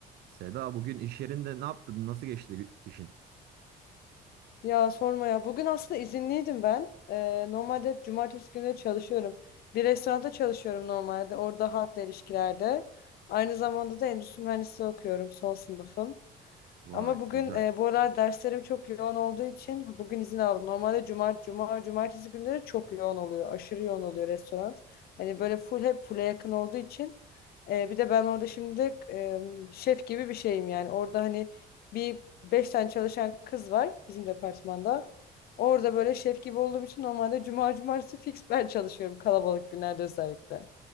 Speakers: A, on the right; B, on the left.
A: Seda bugün iş yerinde ne yaptın? Nasıl geçti gü- işin?
B: Ya sorma ya. Bugün aslında izinliydim ben. Ee, normalde hep cumartesi günleri çalışıyorum. Bir restoranda çalışıyorum normalde. Orada halkla ilişkilerde. Aynı zamanda da endüstri mühendisliği okuyorum. Son sınıfım.
A: Vay
B: Ama bugün
A: güzel.
B: e, bu aralar derslerim çok yoğun olduğu için bugün izin aldım. Normalde cumart, cuma, cumartesi günleri çok yoğun oluyor. Aşırı yoğun oluyor restoran. Hani böyle full hep full'e yakın olduğu için. E, bir de ben orada şimdi e, şef gibi bir şeyim yani. Orada hani bir beş tane çalışan kız var bizim departmanda. Orada böyle şef gibi olduğum için normalde cuma, cumartesi fix ben çalışıyorum kalabalık günlerde özellikle.